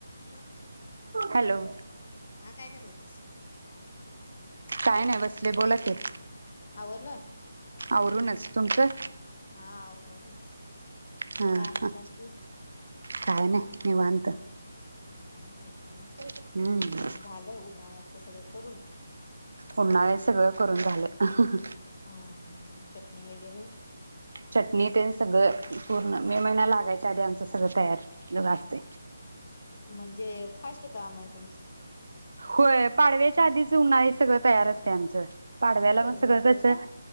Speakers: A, on the left (about 45°); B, on the right (about 75°).
A: Hello
B: hello
A: हा काय कराल्यास?
B: काय नाही बसले बोलां की.
A: आवरलं?
B: आवरूनच, तुमचं?
A: हा आवरूनच.
B: हा
A: मग काय आणि
B: हा
A: बाकी
B: काय नाही निवांत
A: निवांत आहेस व्हयं
B: हम्म
A: झालं उन्हाळ्या असं सगळं करून
B: उन्हाळ्याच सगळं करून झालं हा हा हा
A: हा चटणी वगैरे.
B: चटणी तेन सगळं पूर्ण मे महिन्या लागायच्या आधी आमचं सगळ तयार असतय.
A: म्हणजे फास्ट काम आहे तुमचं
B: होय पाडव्याच्या आधीच उन्हाळी सगळं तयार असतय आमचं पाडव्याला
A: करून
B: मस्त सगळं
A: घेतायसा
B: कस